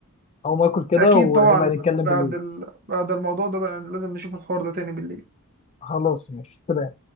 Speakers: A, on the left; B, on the right.
A: أقوم آكل كده
B: أكيد
A: ونبقى
B: طبعا
A: نتكلم
B: بعد
A: بالليل
B: ال... بعد الموضوع ده بقى لازم نشوف الحوار ده تاني بالليل
A: خلاص ماشي سلام